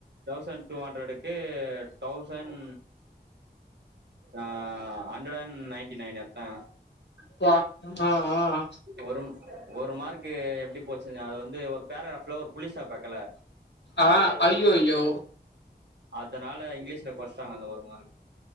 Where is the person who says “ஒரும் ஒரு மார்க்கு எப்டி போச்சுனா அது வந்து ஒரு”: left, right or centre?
Right